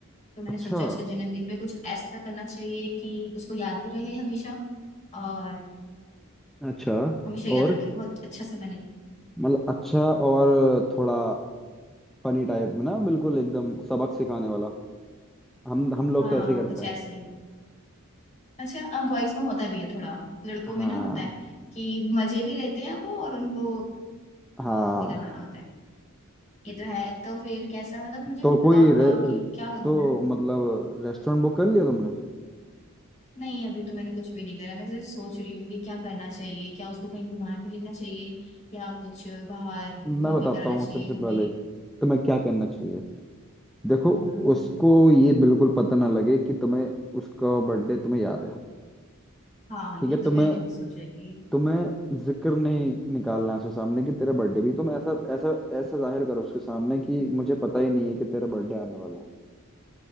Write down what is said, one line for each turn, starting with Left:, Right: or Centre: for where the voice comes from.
Left: तो मैंने
Centre: अच्छा
Left: सोचा उसके जन्मदिन पे कुछ ऐसा करना चाहिए कि उसको याद भी रहे हमेशा और
Centre: अच्छा
Left: हमेशा याद
Centre: और
Left: रखे बहुत अच्छा से बने
Centre: मतलब अच्छा और थोड़ा फनी टाइप में ना बिल्कुल एकदम सबक सिखाने वाला हम हम लोग
Left: हाँ
Centre: तो ऐसे ही करते
Left: कुछ
Centre: हैं
Left: ऐसा ही अच्छा अब बॉयज में होता भी है थोड़ा लड़कों
Centre: हाँ
Left: में ना होता है कि मजे भी लेते हैं वो और उनको
Centre: हाँ
Left: वो भी करवाना होता है ये तो है तो फिर कैसा मतलब मुझे
Centre: तो कोई
Left: बताओ थोड़ा
Centre: रे,
Left: कि क्या करूं
Centre: तो
Left: मैं
Centre: मतलब रेस्टोरेंट बुक कर लिया तुमने
Left: नहीं अभी तो मैंने कुछ भी नहीं करा मैं सिर्फ सोच रही हूँ कि क्या करना चाहिए क्या उसको कहीं घुमा के लेना चाहिए या कुछ बाहर खा
Centre: मैं बताता
Left: पी कराना
Centre: हूँ
Left: चाहिए
Centre: सबसे
Left: हमें
Centre: पहले तुम्हें क्या करना चाहिए देखो
Left: हम्म,
Centre: उसको ये बिल्कुल पता ना लगे कि तुम्हें उसका बर्थडे तुम्हें याद है
Left: हाँ
Centre: ठीक
Left: ये
Centre: है
Left: तो
Centre: तुम्हें
Left: मैंने भी सोचा है कि
Centre: तुम्हें जिक्र नहीं निकालना है उसके सामने कि तेरा बर्थडे भी तुम ऐसा ऐसा ऐसा जाहिर करो उसके सामने कि मुझे पता ही नहीं है कि तेरा बर्थडे आने वाला है